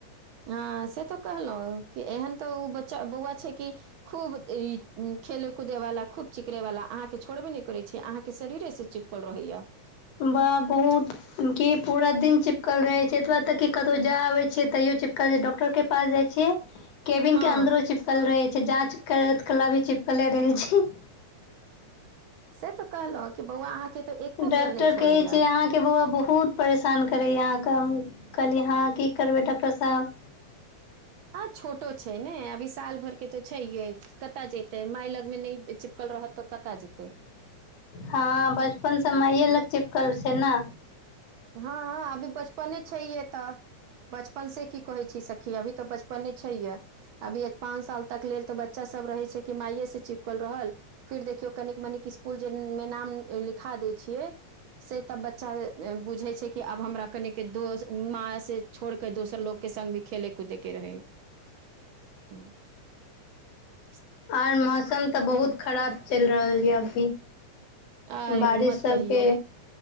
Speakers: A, on the right; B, on the left.
A: हँ से तो कहलहु कि एहन तऽ ओ बच्चा बौआ छै कि खूब ई खेलय कूदेवाला खूब चिकरेवाला अहाँके छोड़बे नहि करै छै अहाँके शरीरेसँ चिप ल रहैय <unintelligible>
B: बा बहुत की पूरा दिन चिपकल रहे छै एतबा तक कतौ जाय आबे छे तैयो चिपकल रह छै डॉक्टर के पास जाइ छै केबिन
A: हँ
B: के अन्दरो चिपकल रहे छै जाँच करबैत कला भी चिपकले रहे छै
A: से तऽ कहलहु कि बौआ अहाँके तऽ एको
B: डॉक्टर
A: बेर नहि छोड़ैया
B: कहै छ अहाँ के बौआ बहुत परेशान करे य आहाँके कहलिय हाँ की करबे डॉक्टर साहेब
A: हँ छोटो छै ने अभी साल भर के त छै य कतय जेते मााय लग मे नहि चिपकल रहत तऽ कतय जेतै
B: हँ बचपन से माइय लग चिपकल छै न
A: हँ ह अभी बचपने छै ये तऽ बचपन से की कहे छी सखी अभी तऽ बच पर नहि छै ये अभी पाँच साल तक लेल तऽ बच्चा सब रहे छै कि माइे से चिपकल रहल फिर देखियौ कनिक मनिक स्कुल जे मे नाम लिखा दै छियै से तऽ बच्चा बुझैत छै कि आब हमरा कनिक दोस्त माँ से छोड़ के दोसर लोग के संग भी खेले कूदे के रहै त
B: आर मौसम तऽ बहुत खराब चलि रहल य अभी
A: आय
B: बारिश
A: मत
B: सबके
A: कहियौ